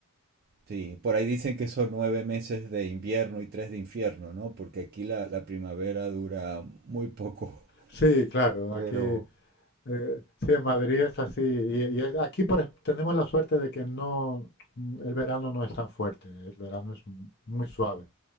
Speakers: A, on the right; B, on the left.
A: Sí, por ahí dicen que son nueve meses de invierno y tres de infierno, ¿no? Porque aquí la, la primavera dura muy poco.
B: sí, claro.
A: Pero,
B: Aquí, eh, sí, en Madrid es así. Y, y es- aquí por, ej- tenemos la suerte de que no, mm, el verano no es tan fuerte, el verano es m- muy suave.